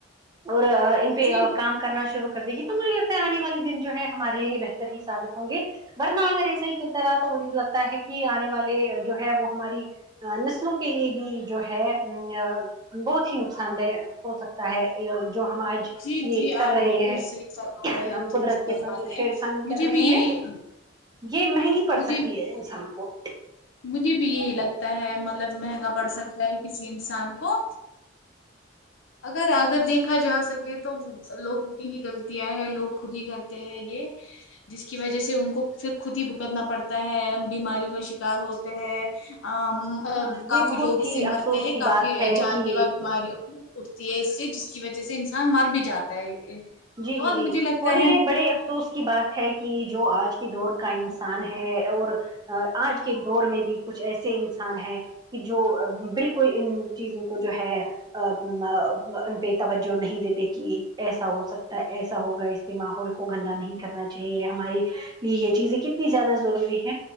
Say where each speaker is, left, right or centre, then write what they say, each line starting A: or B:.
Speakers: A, on the right (about 20°); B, on the left (about 75°).
A: اور ان پہ
B: جی
A: کام کرنا شروع کر دے گی تو مجھے لگتا ہے آنے والے دن جو ہے ہمارے لیے یہ بہتر ہی ثابت ہوں گے ورنہ اگر ایسا ہی چلتا رہا تو مجھے لگتا ہے کہ آنے والے جو ہے وہ ہماری نسلوں کے لیے بھی جو ہے ا بہت ہی نقصان دہ ہو سکتا ہے جو ہم آج
B: جی
A: یہ
B: جی آپ
A: کر رہے
B: بالکل
A: ہیں
B: صحیح فرما رہے ہیں
A: ہم
B: درست
A: قدرت کے
B: فرماتے
A: ساتھ جو چھیڑ
B: ہیں
A: خانی
B: مجھے
A: کر رہے
B: بھی یہی
A: ہیں یہ مہنگی پڑ
B: مجھے
A: سکتی ہے انسان کو
B: مجھے بھی یہی لگتا ہے مطلب مہنگا پڑ سکتا ہے کسی انسان کو اگر اگر دیکھا جا سکے تو لوگوں کی ہی غلطیاں ہیں لوگ خود ہی کرتے ہیں یہ جس کی وجہ سے ان کو پھر خود ہی بھکتنا پڑتا ہے بیماریوں کا شکار ہوتے ہیں اں عم ا
A: ہاں یہ
B: کافی
A: بہت
B: لوگ اسے
A: ہی افسوس
B: مرتے ہیں
A: کی
B: کافی
A: بات ہے
B: جان
A: کہ
B: لیوا بیماریوں اٹھتی ہے اس سے جس کی وجہ سے انسان مر بھی جاتا ہے
A: جی جی
B: اور
A: جی
B: مجھے لگتا
A: اور یہ
B: ہے
A: بڑے تو اس کی بات ہے کہ جو آج کی دور کا انسان ہے اور آج کے دور میں بھی کچھ ایسے انسان ہیں کہ جو بالکل ان چیزوں کو جو ہے ا ا ان پہ توجہ نہیں دیتے کہ ایسا ہو سک ایسا ہوگا اس سے ماحول کو گندا نہیں کرنا چاہیے ہماری یہ چیزیں کتنی زیادہ ضروری ہے